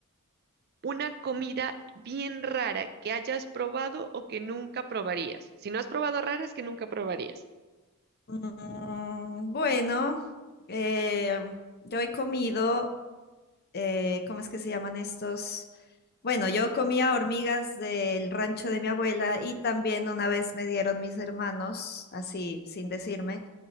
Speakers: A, on the right (about 45°); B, on the left (about 45°).
A: Una comida bien rara que hayas probado o que nunca probarías. Si no has probado raras que nunca probarías.
B: Mm, bueno, eh, yo he comido eh, ¿cómo es que se llaman estos? Bueno, yo comía hormigas del rancho de mi abuela y también una vez me dieron mis hermanos, así sin decirme,